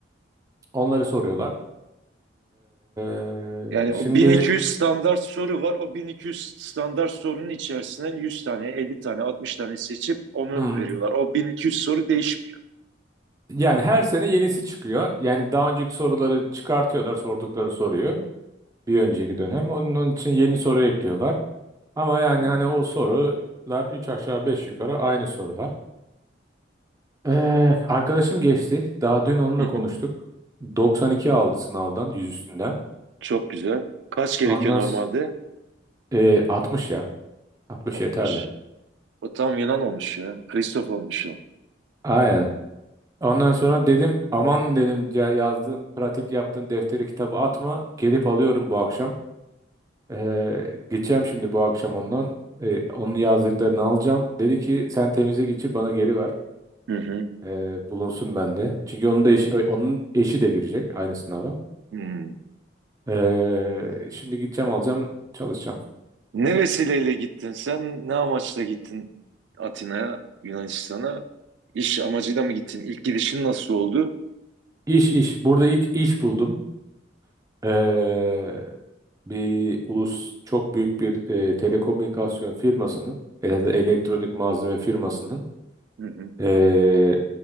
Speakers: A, on the right (about 20°); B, on the right (about 70°).
A: onları soruyorlar. Ee,
B: Yani o
A: şimdi
B: 1200 standart soru var. O 1200 standart sorunun içerisinden 100 tane, 50 tane, 60 tane seçip onu
A: hmm,
B: veriyorlar. O 1200 soru değişmiyor.
A: yani her sene yenisi çıkıyor. Yani daha önceki soruları çıkartıyorlar sordukları soruyu bir önceki dönem. Onun, onun için yeni soru ekliyorlar. Ama yani
B: Hı
A: hani o sorular 3 aşağı 5 yukarı aynı sorular. Ee, arkadaşım geçti. Daha dün onunla
B: hı. hı.
A: konuştuk. 92 aldı sınavdan, 100 üstünden.
B: Çok güzel. Kaç gerekiyor
A: Ondan
B: normalde?
A: s- ee, 60 ya. 60
B: 60.
A: yeterli.
B: O tam Yunan olmuş ya. Kristof olmuş o.
A: Aynen. Ondan sonra dedim aman dedim ya yazdığın, pratik yaptığın defteri kitabı atma. Gelip alıyorum bu akşam. Ee, geçeceğim şimdi bu akşam ondan. Ee, onun yazdıklarını alacağım. Dedi ki sen temize geçir bana geri ver.
B: Hı hı.
A: Ee, bulunsun bende. Çünkü onun da eşi, onun eşi de girecek aynı sınava.
B: Hı.
A: Ee, şimdi gideceğim alacağım çalışacağım.
B: Ne vesileyle gittin sen? Ne amaçla gittin Atina'ya, Yunanistan'a? İş amacıyla mı gittin? İlk gidişin nasıl oldu?
A: İş iş. Burada ilk iş buldum. Ee, bir ulus çok büyük bir e, telekomünikasyon firmasının e, ya da elektronik malzeme firmasının
B: Hı hı,
A: e,